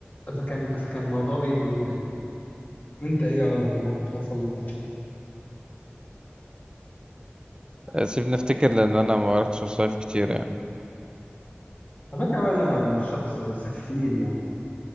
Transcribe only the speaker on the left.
فكان فكان الموضوع ويرد جدا انت ايه اغرب موقف حصل لك مثلا
على فكره ولا انا انا مش شخص سفير يعني